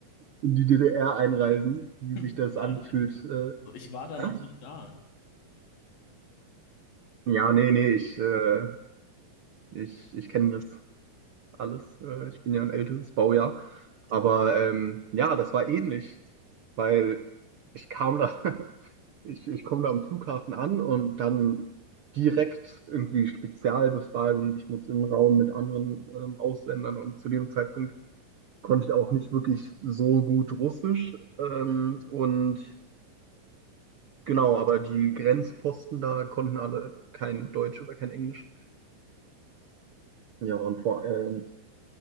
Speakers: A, on the right; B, on the left.
A: in die DDR einreisen, wie
B: Hm,
A: sich das
B: weiß
A: angefühlt,
B: ich.
A: äh,
B: So, Ich war da
A: Echt?
B: noch nicht da.
A: Ja, nee, nee, ich, äh, ich, ich kenne das alles. Äh, ich bin ja ein älteres Baujahr. Aber ähm, ja, das war ähnlich, weil ich kam da, <laughs> ich, ich komme da am Flughafen an und dann direkt irgendwie Spezialbefragung. Ich muss in den Raum mit anderen ähm, Ausländern und zu dem Zeitpunkt konnte ich auch nicht wirklich so gut Russisch. Ähm, und genau, aber die Grenzposten da konnten alle kein Deutsch oder kein Englisch. Ja, und vor allem,